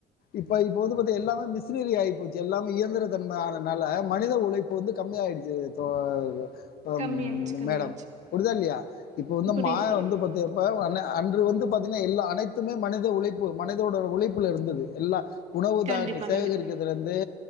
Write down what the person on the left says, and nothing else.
இப்ப இப்ப வந்து பாத்தா எல்லாமே மிஸ் னரி ஆகிப்போச்சு எல்லாம இயந்திர தன்மை ஆனதால மனித உழைப்பு வந்து கம்மி ஆயிடுச்சு தோழர்
ம்
மேடம் உடுதா இல்லயா இப்போ வந்து
மா
வந்து பார்த்தீங்க இப்ப அன்று வந்து பாத்தீனா எல்லா அனைத்துமே மனித உழைப்பு மனிதோட உழைப்புல இருந்தது எல்லா உணவு
தானு சேகரிக்கிறதுல
இருந்து